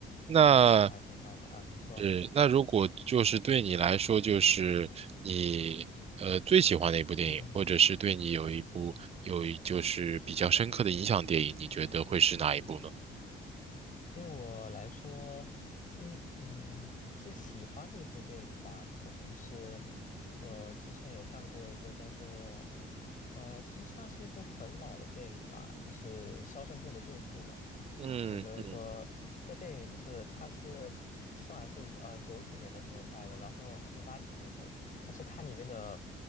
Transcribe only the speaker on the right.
那
是那如果就是对你来说，就是你呃最喜欢的一部电影，
或者是对你有一部有一就是比较深刻的影响电影，你觉得会是哪一部呢？
嗯嗯